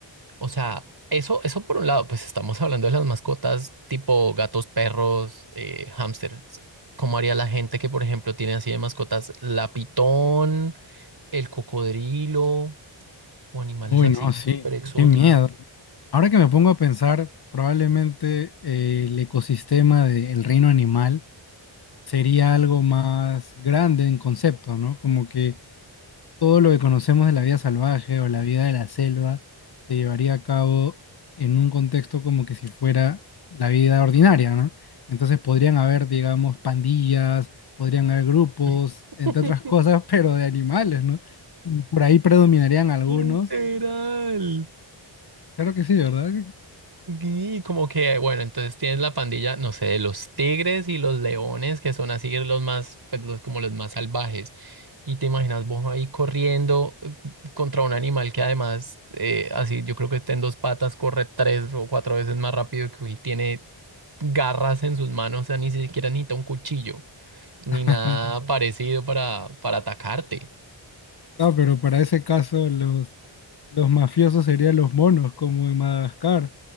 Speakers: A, on the right; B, on the left.
A: O sea, eso, eso por un lado, pues estamos hablando de las mascotas tipo gatos, perros, eh, hámsters. ¿Cómo haría la gente que, por ejemplo, tiene así de mascotas la pitón, el cocodrilo o animales
B: uy,
A: así
B: no,
A: como
B: sí,
A: súper exóticos?
B: qué miedo. Ahora que me pongo a pensar, probablemente eh, el ecosistema del reino animal sería algo más grande en concepto, ¿no? Como que todo lo que conocemos de la vida salvaje o la vida de la selva se llevaría a cabo en un contexto como que si fuera la vida ordinaria, ¿no? Entonces podrían haber, digamos, pandillas, podrían haber grupos,
A: <laughs>
B: entre otras cosas, <laughs> pero de animales, ¿no? Y por ahí predominarían algunos.
A: Literal.
B: Claro que sí, ¿verdad?
A: Y como que, bueno, entonces tienes la pandilla, no sé, de los tigres y los leones, que son así los más, pues los, como los más salvajes. Y te imaginas vos ahí corriendo eh, contra un animal que además, eh, así yo creo que está en dos patas, corre tres o cuatro veces más rápido que y tiene garras en sus manos, o sea, ni siquiera necesita un cuchillo, ni
B: <laughs>
A: nada parecido para, para atacarte.
B: No, pero para ese caso los, los mafiosos serían los monos, como en Madagascar,